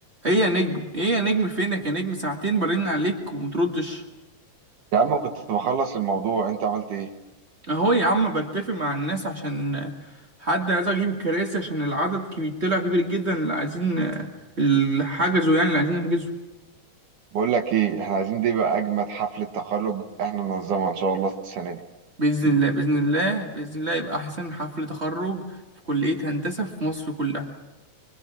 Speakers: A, on the right; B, on the right.
A: ايه يا نجم ايه يا نجم فينك يا نجم ساعتين برن عليك ومتردش
B: يا عم كنت بخلص الموضوع انت عملت ايه
A: اهو يا عم بتفق مع الناس عشان حد عايز اجيب الكراسي عشان العدد كبير طلع كبير جدا اللي عايزين اللي حجزوا يعني اللي عايزين نحجزه
B: بقول لك ايه احنا عايزين دي بقى اجمد حفلة تخرج احنا ننظمها ان شاء الله السنة دي
A: باذن الله باذن الله باذن الله يبقى احسن حفل تخرج في كلية هندسة في مصر كلها